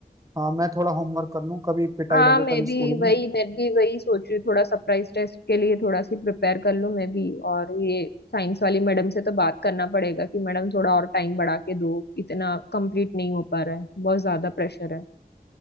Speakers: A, on the right; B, on the left.
A: हाँ मैं थोड़ा होमवर्क कर लूँ कभी पिटाई
B: हाँ
A: लगे
B: मैं
A: कल
B: भी
A: स्कूल
B: वही
A: में
B: मैं भी वही सोच रही हूँ थोड़ा सरप्राइज टेस्ट के लिए थोड़ा सी प्रिपेयर कर लूँ मैं भी और ये साइंस वाली मैडम से तो बात करना पड़ेगा कि मैडम थोड़ा और टाइम बढ़ा के दो इतना कंप्लीट नहीं हो पा रहा है बहुत ज्यादा प्रेशर है